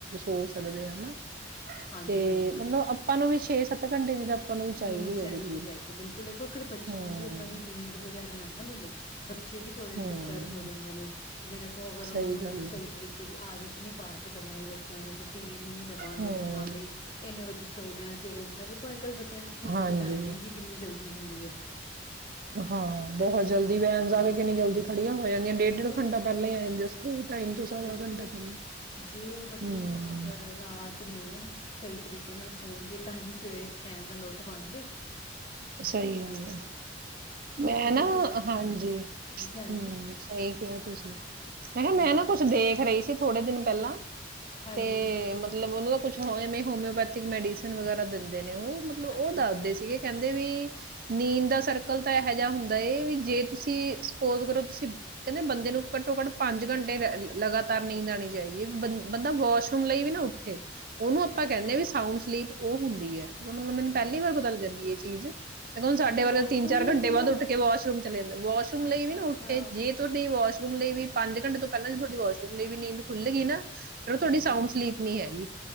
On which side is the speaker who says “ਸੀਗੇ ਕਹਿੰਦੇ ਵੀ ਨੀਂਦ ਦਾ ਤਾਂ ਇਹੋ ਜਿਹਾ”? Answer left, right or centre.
Right